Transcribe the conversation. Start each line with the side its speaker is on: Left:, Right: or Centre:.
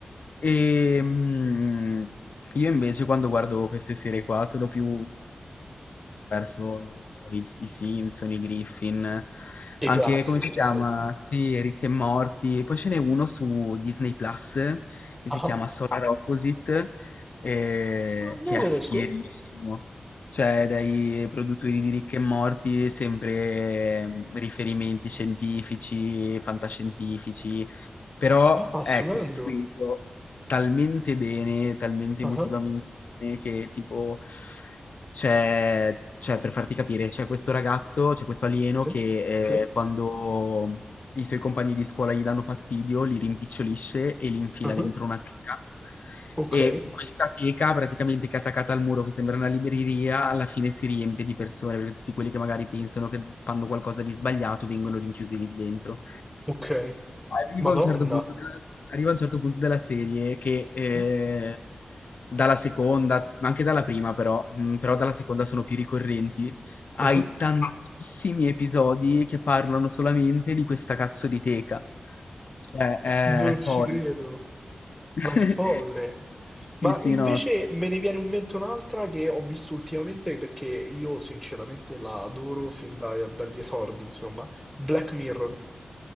Left: Ehm, io invece quando guardo queste serie qua sono più verso, non lo so, i, i Simpson, i Griffin,
Centre: I
Left: anche
Centre: classici,
Left: come si
Centre: insomma.
Left: chiama? Sì, Rick e Morty. Poi ce n'è uno su Disney Plus che
Centre: Ah,
Left: si chiama
Centre: ah,
Left: Solar Opposite, eh,
Centre: ah, non
Left: che
Centre: lo
Left: è
Centre: conosco.
Left: fierissimo. Cioè, dai produttori di Rick e Morty sempre eh, riferimenti scientifici, fantascientifici però
Centre: Ah,
Left: è
Centre: stupendo.
Left: costruito talmente bene, talmente
Centre: Ah,
Left: emotivamente
Centre: ah,
Left: bene che tipo c'è, c'è, per farti capire, c'è questo ragazzo, c'è questo alieno
Centre: sì,
Left: che
Centre: sì,
Left: eh, quando i suoi compagni di scuola gli danno fastidio, li rimpicciolisce e li infila
Centre: ah,
Left: dentro
Centre: ah.
Left: una teca.
Centre: Ok,
Left: E questa teca, praticamente che è attaccata al muro, che sembra una libreria, alla fine si riempie di persone, perché tutti quelli che magari pensano che fanno qualcosa di sbagliato vengono rinchiusi lì dentro.
Centre: ok.
Left: Arriva
Centre: Madonna.
Left: a un certo punto della, arriva a un certo punto della serie che eh,
Centre: Sì.
Left: dalla seconda, ma anche dalla prima però, mm, però dalla seconda sono più ricorrenti, hai
Centre: ah, ah.
Left: tantissimi episodi che parlano solamente di questa cazzo di teca. Cioè, è
Centre: Non
Left: folle.
Centre: ci credo.
Left: <laughs>
Centre: Ma è folle.
Left: Sì,
Centre: Ma
Left: sì,
Centre: invece
Left: no. sta-
Centre: me ne viene in mente un'altra che ho visto ultimamente perché io sinceramente la adoro fin da- dagli esordi, insomma. Black Mirror.